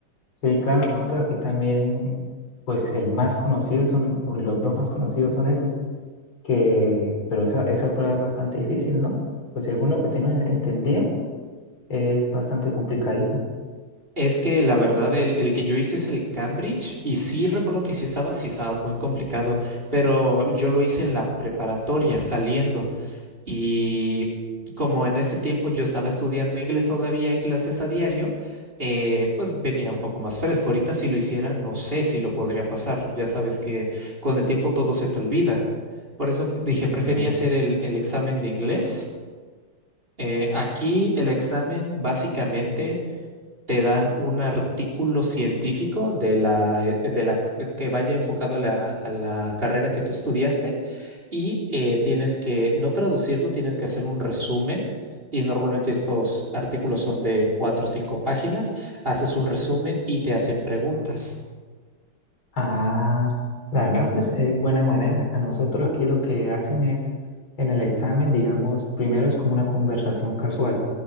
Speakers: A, on the left; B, on the right.
A: Sí, claro, nosotros aquí también, pues el más conocido son, o los dos más conocidos son esos, que, pero esa, esa prueba es bastante difícil, ¿no? Pues según lo que tengo entendido, es bastante complicadita.
B: Es que la verdad, el, el que yo hice es el Cambridge y sí recuerdo que sí estaba, sí estaba muy complicado, pero yo lo hice en la preparatoria, saliendo. Y como en ese tiempo yo estaba estudiando inglés todavía en clases a diario, eh, pues venía un poco más fresco. Ahorita si lo hiciera, no sé si lo podría pasar. Ya sabes que con el tiempo todo se te olvida. Por eso p-
A: Sí,
B: dije, prefería
A: claro.
B: hacer el, el examen de inglés. Eh, aquí el examen básicamente te dan un artículo científico de la, eh, de la c- que vaya enfocado a la, a la carrera que tú estudiaste y eh, tienes que no traducirlo, tienes que hacer un resumen. Y normalmente estos artículos son de cuatro o cinco páginas. Haces un resumen y te hacen preguntas.
A: Ah, la verdad, pues es buena manera. A nosotros aquí lo que hacen es, en el examen, digamos, primero es como una conversación casual,